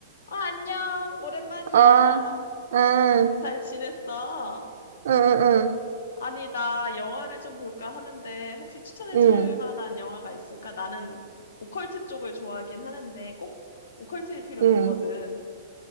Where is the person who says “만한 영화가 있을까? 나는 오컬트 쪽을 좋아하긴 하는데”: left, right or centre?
Left